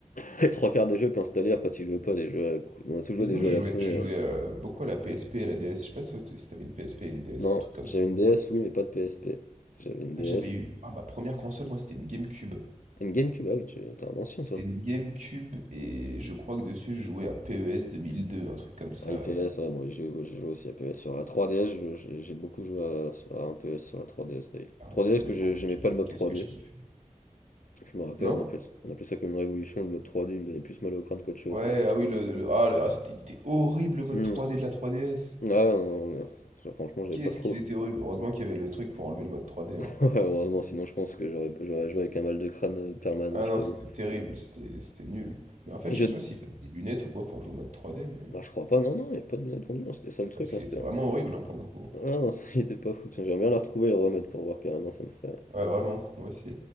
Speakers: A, on the left; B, on the right.
A: <laughs> Les 3 quarts des jeux que t'installais, après tu jouais pas, des jeux à la con. On a tous joué
B: Mais sinon,
A: des jeux
B: j'ai
A: à la
B: joué,
A: con.
B: j'ai joué
A: euh.
B: euh, beaucoup à la PSP et à la DS, je sais pas si t- si t'avais une PSP et une DS,
A: Non,
B: des trucs comme
A: j'avais
B: ça.
A: une DS, oui, mais pas de PSP. J'avais une DS.
B: Ah, j'avais eu, ah, ma première console, moi, c'était une GameCube.
A: Une GameCube, ah oui, tu- t'es un ancien
B: C'était
A: toi.
B: une GameCube et je crois que dessus, je jouais à PES 2002, un truc comme ça.
A: Ah, et PS, ouais, moi j'ai j'ai joué aussi à PS sur la 3DS, je- j'ai j'ai beaucoup joué à, à un PS sur la 3DS d'ailleurs.
B: Ah ouais,
A: 3DS
B: c'était mes
A: que
B: premiers
A: j'ai- j'aimais
B: jeux.
A: pas
B: vidéo.
A: le mode
B: Qu'est-ce
A: 3D,
B: que je kiffais.
A: je me rappelle,
B: Non?
A: on appelait, on appelait ça comme une révolution, le mode 3D, il me donnait plus mal au crâne qu'autre chose.
B: Ouais, ah oui, le, le- ah, le- ah, c'était, il était horrible le mode
A: Hmm.
B: 3D de la 3DS.
A: Ouais, non, non, non. Genre, franchement, j'avais
B: Qu'est-ce
A: pas trop.
B: qu'il était horrible. Heureusement qu'il y avait le truc pour enlever le mode 3D, hein.
A: Ouais, heureusement, sinon je pense que j'aurais j'aurais joué avec un mal de crâne euh, permanent,
B: Ah
A: je
B: non,
A: t'avoue.
B: c'était terrible, c'était, c'était nul. Mais en fait,
A: Et
B: je
A: Je...
B: sais pas s'il fallait des lunettes ou quoi pour jouer au mode 3D, mais...
A: Bah, je crois pas, non, non, il n'y a pas de lunettes vendues, hein, c'était ça le truc,
B: Ah, parce qu'il
A: hein, c'était
B: était vraiment
A: un-
B: horrible, hein, pour le coup.
A: Ah non, <laughs> il était pas fou, tiens, j'aimerais bien la retrouver et le remettre pour voir carrément, ça me ferait,
B: Ouais, vraiment, moi aussi.